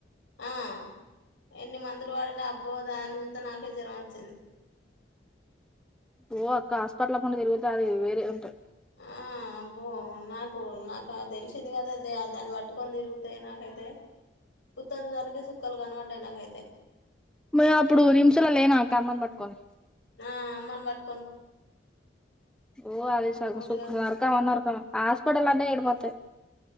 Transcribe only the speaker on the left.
ఆ ఎన్ని మందులు వాడినా అబ్బోదా అని చూస్త నాకే జ్వరం వచ్చింది
ఆ అబ్బో నాకు నాకు తెలిసింది కదా దాన్ని పట్టుకొని తిరుగుతాయి నాకైతే కుత్తదు దానికే సుక్కాలు కనపడ్డాయి నాకైతే
ఆ అమ్మన్ బట్
ఓటు కాకుండా